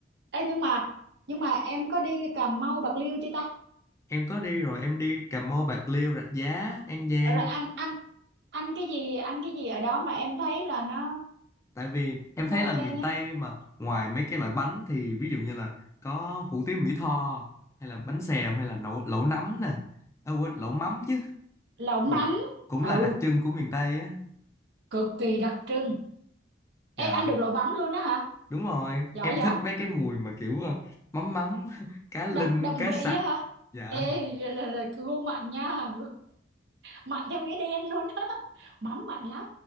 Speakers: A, on the right; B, on the left.
A: Ê, nhưng mà nhưng mà em có đi Cà Mau Bạc Liêu chưa ta
B: em có đi rồi em đi Cà Mau Bạc Liêu Rạch Giá An Giang
A: rồi ăn ăn ăn cái gì ăn cái gì ở đó mà em thấy là nó
B: tại vì em
A: nó
B: thấy là
A: ok
B: miền
A: nhất
B: Tây mà ngoài mấy cái loại bánh thì ví dụ như là có hủ tiếu Mỹ Tho hay là bánh xèo hay là lẩu lẩu nấm nè à, quên lẩu mắm chứ
A: lẩu mắm
B: thì cũng cũng
A: ừ
B: là đặc trưng của miền Tây á
A: cực kỳ đặc trưng
B: dạ
A: ê ăn được lẩu mắm luôn á hả
B: đúng rồi
A: giỏi
B: em
A: vậy
B: thích mấy cái mùi mà kiểu ờ, mắm mắm <laughs> cá linh
A: đậm đậm
B: cá
A: vị
B: sặc
A: á hả
B: dạ
A: ê <laughs> là, là, là, gu mặn nha mặn theo nghĩa đen luôn á <laughs> mắm mặn lắm